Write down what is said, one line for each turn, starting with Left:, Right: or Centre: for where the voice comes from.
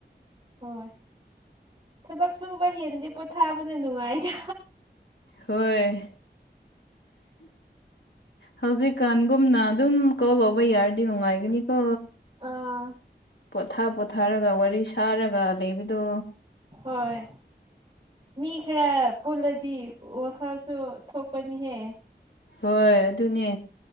Right: ꯍꯣꯏ ꯊꯕꯛ ꯁꯨꯕ ꯍꯦꯟꯗꯤꯦ ꯄꯣꯊꯥꯕꯅ ꯅꯨꯡꯉꯥꯏꯗ
Left: ꯍꯣꯏ ꯍꯧꯖꯤꯛꯀꯥꯟꯒꯨꯝꯅ ꯑꯗꯨꯝ ꯀꯣꯜ ꯂꯧꯕ ꯌꯥꯔꯗꯤ ꯅꯨꯡꯉꯥꯏꯒꯅꯤꯀꯣ
Right: ꯑꯥ
Left: ꯄꯣꯊꯥ ꯄꯣꯊꯥꯔꯒ ꯋꯥꯔꯤ ꯁꯥꯔꯒ ꯂꯩꯕꯗꯣ
Right: ꯍꯣꯏ ꯃꯤ ꯈꯔ ꯄꯨꯜꯂꯗꯤ ꯋꯥꯈꯜꯁꯨ ꯊꯣꯛꯄꯅꯤꯍꯦ
Left: ꯍꯣꯏ ꯑꯗꯨꯅꯦ